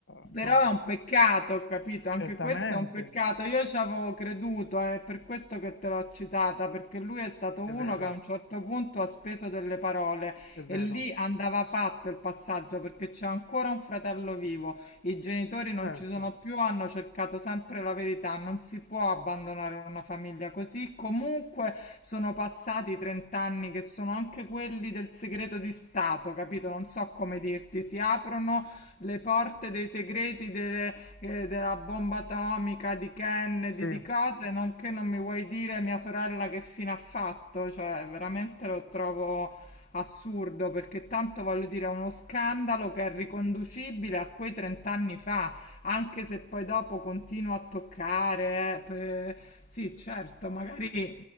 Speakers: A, on the left; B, on the left.
A: insomma,
B: Però è un peccato, capito?
A: certamente,
B: Anche questo è un peccato. Io ci avevo creduto, è per questo che te l'ho citata, perché lui è stato
A: è
B: uno
A: vero,
B: che a un certo punto ha speso delle parole
A: è vero,
B: e lì andava fatto il passaggio perché c'è ancora un fratello vivo. I genitori non
A: certo,
B: ci sono più, hanno cercato sempre la verità. Non si può abbandonare una famiglia così. Comunque sono passati 30 anni che sono anche quelli del segreto di Stato, capito? Non so come dirti, si aprono le porte dei segreti delle- eh, della bomba atomica, di Kennedy,
A: sì.
B: di cose, non che non mi vuoi dire mia sorella che fine ha fatto, cioè veramente lo trovo assurdo perché tanto voglio dire è uno scandalo che è riconducibile a quei 30 anni fa, anche se poi dopo continua a toccare, eh, per- sì certo, magari